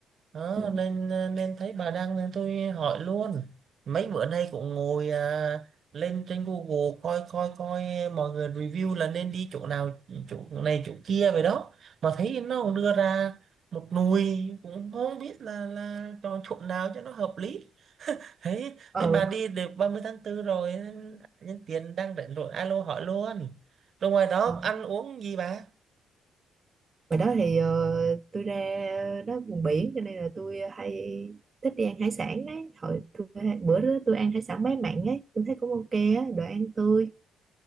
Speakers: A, on the right (about 55°); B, on the right (about 30°).
A: Đó,
B: ừ
A: nên ờ, nên thấy bà đăng nên tôi hỏi luôn mấy bữa nay cũng ngồi à, lên trên Google coi coi coi mọi người review là nên đi chỗ nào chỗ này chỗ kia vậy đó mà thấy nó cũng đưa ra một nùi cũng không biết là là chọn chỗ nào cho nó hợp lý thấy
B: ờ
A: thấy bà đi được 30 tháng tư rồi nên nhân tiện đang rảnh rồi alo hỏi luôn rồi ngoài đó
B: ờ
A: ăn uống gì bà
B: ngoài đó thì ờ, tôi ra đó vùng biển cho nên là tôi hay thích đi ăn hải sản đấy hồi tôi, bữa đó tôi ăn hải sản bé mặn ấy tôi thấy cũng ok á đồ ăn tươi